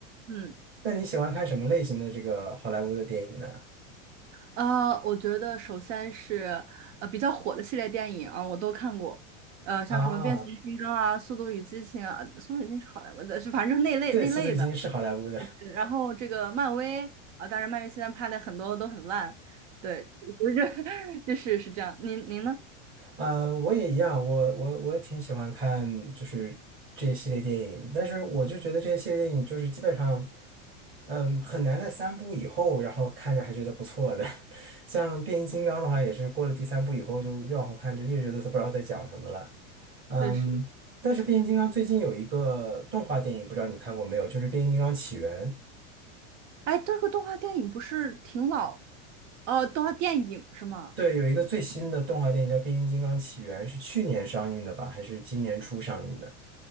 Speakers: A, on the right; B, on the right.
A: 嗯。
B: 那你喜欢看什么类型的这个好莱坞的电影呢？
A: 呃，我觉得首先是呃比较火的系列电影啊，我都看过，呃，像什么《变形金刚》啊，
B: 啊，
A: 《速度与激情》啊，《速度与激情》是好莱坞的，是反正就是那类那类的。
B: 对，《速度与激情》是好莱坞的。
A: 对然后这个漫威啊，当然漫威现在拍的很多都很烂，对，不是，<laughs> 就是是这样。您您呢？
B: 嗯，我也一样，我我我也挺喜欢看就是这些系列电影，但是我就觉得这些系列电影就是基本上，嗯，很难在三部以后，然后看着还觉得不错的。<laughs> 像变形金刚的话，也是过了第三部以后，就越往后看就越觉得它不知道在讲什么了。嗯，
A: 对，是，
B: 但是变形金刚最近有一个动画电影，不知道你看过没有？就是《变形金刚起源》。
A: 哎，这个动画电影不是挺老？哦，动画电影是吗？
B: 对，有一个最新的动画电影叫《变形金刚起源》，是去年上映的吧？还是今年初上映的？